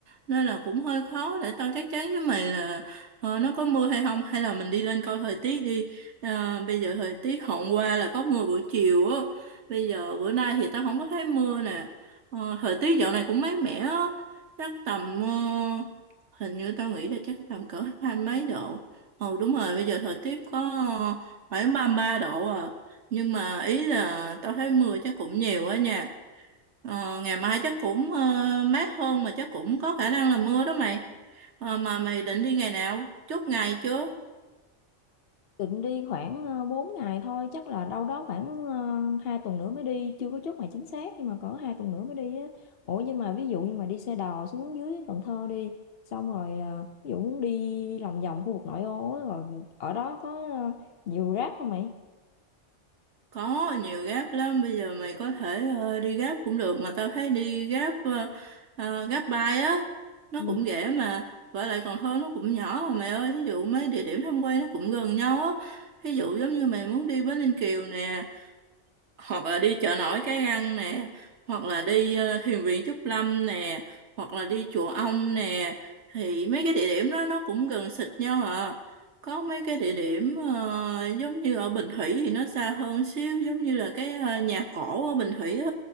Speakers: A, on the right; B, on the left.
A: nên là cũng hơi khó để tao chắc chắn với mày là ờ, nó có mưa hay không hay là mình đi lên coi thời tiết đi Ờ, bây giờ thời tiết hôm qua là có mưa buổi chiều á bây giờ bữa nay thì tao không có thấy mưa nè Ờ, thời tiết dạo này cũng mát mẻ á chắc tầm ờ, hình như tao nghĩ là chắc tầm cỡ hai mấy độ Ồ đúng rồi, bây giờ thời tiết có phải 33 độ à nhưng mà ý là tao thấy mưa chắc cũng nhiều á nha ờ, ngày mai chắc cũng ờ, mát hơn mà chắc cũng có khả năng là mưa đó mày ờ, mà mày định đi ngày nào chốt ngày chưa
B: định đi khoảng ờ, 4 ngày thôi chắc là đâu đó khoảng ờ, hai tuần nữa mới đi chưa có chốt ngày chính xác nhưng mà cỡ hai tuần nữa mới đi á ủa nhưng mà ví dụ như mà đi xe đò xuống dưới Cần Thơ đi xong rồi ờ, ví dụ muốn đi lòng vòng khu vực nội ô á rồi ở đó có ờ, nhiều rác không mày
A: có nhiều gáp lắm bây giờ mày có thể ờ, đi gáp cũng được mà tao thấy đi gáp ờ, ờ, gáp á nó
B: ừ.
A: cũng rẻ mà và lại còn hơn nó cũng nhỏ mà mày ơi thí dụ mấy địa điểm tham quan nó cũng gần nhau á thí dụ giống như mày muốn đi Bến Ninh Kiều nè hoặc là đi chợ nổi Cái Răng nè hoặc là đi ờ, thiền viện Trúc Lâm nè hoặc là đi chùa Ông nè thì mấy cái địa điểm đó nó cũng gần xịt nhau à có mấy cái địa điểm ờ, giống như ở Bình Thủy thì nó xa hơn xíu giống như là cái ờ, nhà cổ ở Bình Thủy á